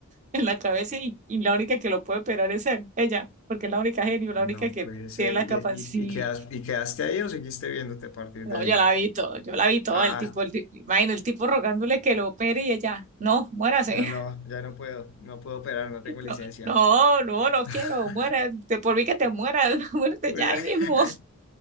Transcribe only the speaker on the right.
en la cabeza y, y la única que lo puede operar es él, ella, porque es la única genio,
la única que
tiene la capacidad,
no,
yo la vi todo, yo la vi todo,
el tipo, el, ti- imagino el tipo rogándole que lo opere y ella, no, muérase,
<laughs>
no, no, no, no
quiero, muera, te- por mí que te mueras, <laughs> muérete
ya
ahí mismo,